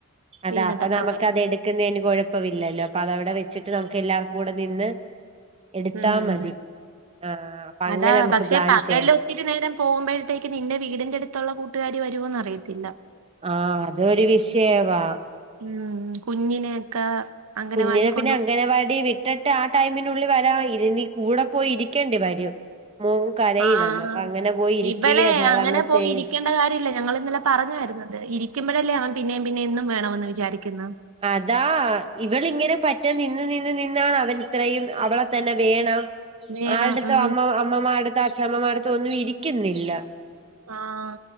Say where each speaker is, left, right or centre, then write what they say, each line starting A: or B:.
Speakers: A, on the right (about 25°); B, on the right (about 90°).
A: അതാ
B: ഇരുന്നിട്ടൊക്കെ
A: അപ്പൊ നമുക്ക്
B: വരാം
A: അതാ അത്ടുക്കുന്നതിന് കുഴപ്പ ഇില്ലല്ലോ അപ്പൊ അത അവിടെ വെച്ചിട്ട് നമുക്ക് എല്ലാവർും കൂടെ നിന്ന് എടുത്താ
B: ഉം
A: മതി ആഹ അപ്പൊ അങ്ങനെ
B: അതാ
A: നമ്മുക്ക്
B: പക്ഷെ
A: പ്ലാൻ
B: പകൽ
A: ചെയ്യാം
B: ഒത്തിരി നേരം പോകുമ്പോഴത്തേക്ക് നിന്റെ വീടിന്റെ അടുത്തുള്ള കൂട്ടുകാരി വരുമന്ന് അറിയത്തില്ല
A: ആഹ അതൊരു വിഷയവാ
B: ഉം കുഞ്ഞിനെയൊക്കെ അംഗനവാടി
A: കുഞ്ഞിനെ പിന്നെ
B: കൊണ്ടുപോയി
A: അംഗനവാടി വി ഇട്ടട്ട് ആ ടൈമിനുള്ളിൽ വരാ ഇ നീ കൂടെ പോയി ഇരിക്കേണ്ടി വരും മോ കരയി
B: ആഹ്
A: വന്നു അപ്പൊ അങ്ങനെ പോയി ഇരിക്കുകയ
B: ഇവളെ
A: സാധാരണ
B: അങ്ങനെ പോയി
A: ചെയ്യ
B: ഇരിക്കേണ്ട കാര്യമല്ല ഞങ്ങൾ ഇന്നലെ പറഞ്ഞായിരുന്നത് ഇരിക്കുമ്പോഴല്ലേ അവൻ പിന്നേും പിന്നെ എന്നന്നും വേണമെന്ന് വിചാരിക്കുന്നു
A: അതാ ഇവള ഇങ്ങനെ പറ്റാൻ നിന്ന് നിന്ന നിന്നാണ് അവൻ ഇത്രയും അവളെ തന്നെ വേണം
B: വേണം
A: ആടെത്തോ
B: ഉം
A: അമ്മ അമ്മമാടെടുത്തോ അച്ഛമ്മമാടത്തോ ഒന്നും ഇരിക്കുന്നില്ല
B: ആഹ്